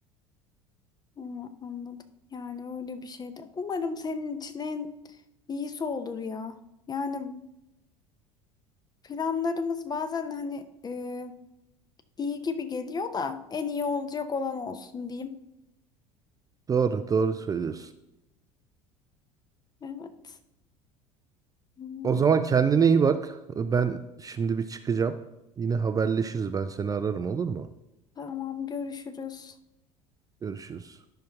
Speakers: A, on the left; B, on the right.
A: Hı, anladım. Yani öyle bir şey de. Umarım senin için en iyisi olur ya. Yani planlarımız bazen hani e, iyi gibi geliyor da en iyi olacak olan olsun diyeyim.
B: Doğru, doğru söylüyorsun.
A: Evet. Hı,
B: O zaman kendine iyi bak. Ben şimdi bir çıkacağım. Yine haberleşiriz. Ben seni ararım olur mu?
A: tamam görüşürüz.
B: Görüşürüz.